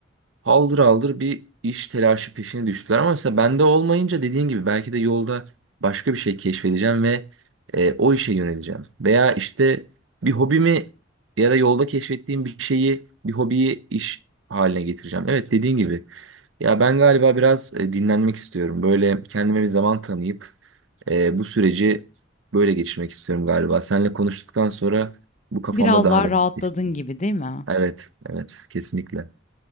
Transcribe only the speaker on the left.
Biraz
daha
rahatladın
gibi değil mi?